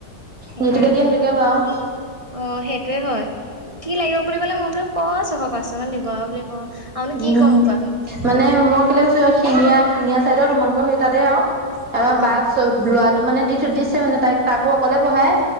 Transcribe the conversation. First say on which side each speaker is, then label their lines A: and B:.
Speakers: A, on the right (about 20°); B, on the right (about 50°).
A: সেইকাৰণে
B: যিটোকে দিয়ে
A: তেনেকুৱা
B: সেইটোকে
A: হয়।
B: লয় আৰু
A: অ' সেইটোয়ে হয়। কি লাগিব বুলি ক'লে মই বোলো ক ছশ পাঁচশ মান দিব আৰু বুলি কওঁ। আৰুনো কি
B: উম
A: ক'ম কোৱাচোন
B: মানে মই কেলে কৈছো শিঙীয়া শিঙিয়া চাইডৰ তোমালোকৰ সেই তাতে আৰু আমাৰ বা
A: অ'।
B: ল'ৰাটো মানে দি দিছে মানে তাই তাকো অকলে পঢ়ায়।